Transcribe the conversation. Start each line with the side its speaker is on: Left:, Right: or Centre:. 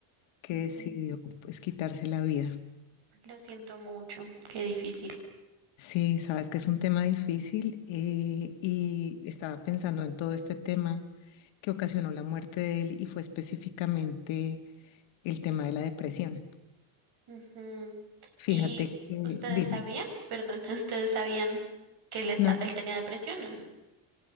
Left: que
Right: Ujú,
Left: decidió pues quitarse la vida.
Right: Lo siento mucho, qué difícil.
Left: Sí, sabes que es un tema difícil eh, y estaba pensando en todo este tema que ocasionó la muerte de él y fue específicamente el tema de la depresión.
Right: Ujú. ¿Y
Left: Fíjate que,
Right: ustedes
Left: dime,
Right: sabían? Perdón, <laughs> ¿ustedes sabían que él está,
Left: ¿no?
Right: él tenía depresión o no?